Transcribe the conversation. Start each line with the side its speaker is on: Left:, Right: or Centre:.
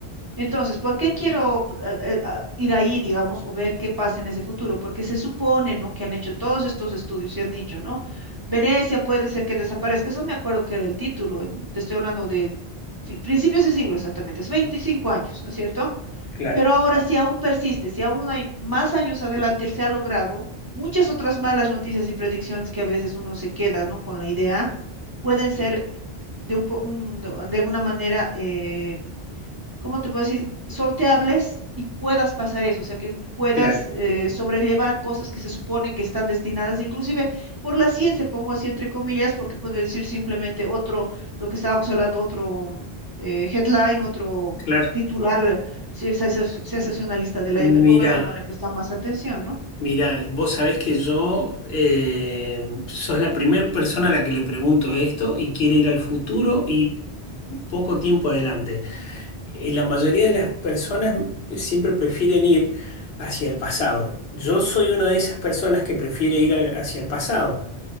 Right: Entonces, ¿por qué quiero pr- a- a- a ir ahí, digamos, o ver qué pasa en ese futuro? Porque se supone, ¿no? Que han hecho todos estos estudios y han dicho, ¿no? Venecia puede ser que desaparezca. Eso me acuerdo que era el título, en- te estoy hablando de principios de siglo exactamente, es 25 años, ¿no es cierto?
Left: claro,
Right: Pero ahora, si aún persiste, si aún hay más años adelante, se ha logrado, muchas otras malas noticias y predicciones que a veces uno se queda, ¿no? Con la idea, pueden ser de, un, po- un- de de alguna manera eh, ¿cómo te puedo decir? sorteables y puedas pasar eso, o sea, que puedas
Left: claro,
Right: eh, sobrellevar cosas que se supone que están destinadas, inclusive por la ciencia, pongo así entre comillas, porque puede decir simplemente otro, lo que estábamos hablando, otro eh, headline, otro
Left: claro.
Right: titular sí, sens- sensacionalista de la e-, época
Left: Mirá,
Right: que no le prestaba más atención, ¿no?
Left: mirá, vos sabés que yo eh, sos la primera persona a la que le pregunto esto y quiere ir al futuro y poco tiempo adelante. Eh, la mayoría de las personas siempre prefieren ir hacia el pasado. Yo soy una de esas personas que prefiere ir al- hacia el pasado